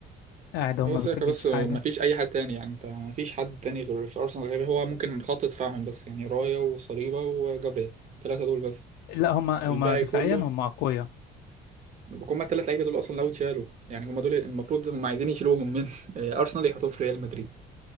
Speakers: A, on the left; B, on the right.
A: قاعد هو
B: هو
A: ما
B: ساكا
A: بيسجلش
B: بس
A: حاجة
B: ما فيش أي حد تاني يعني أنت ما فيش حد تاني غير في أرسنال غير هو ممكن خط دفاعهم بس يعني رايا وصليبا وجابريل التلاتة دول بس
A: لا هما
B: الباقي
A: هما دفاعيا
B: كله
A: هما أقوياء
B: هما الثلاث لعيبه دول اصلا لو اتشالوا يعني هما دول المفروض هما عايزين يشيلوهم من <laughs> آه، ارسنال يحطوهم في ريال مدريد